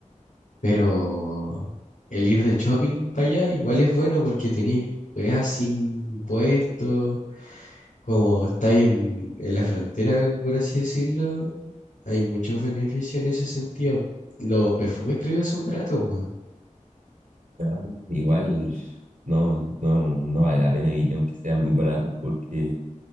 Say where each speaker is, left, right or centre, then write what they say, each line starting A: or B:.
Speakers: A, on the left (about 80°); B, on the right (about 85°).
A: Pero el ir de shopping para allá igual es bueno porque tenéis weas sin impuestos Como está ahí en, en la frontera, por así decirlo, hay muchos beneficios en ese sentido. Los perfumes creo que son baratos, weón.
B: Pero, pues, Igual no, no, no vale la pena vivir aunque sea muy barato porque,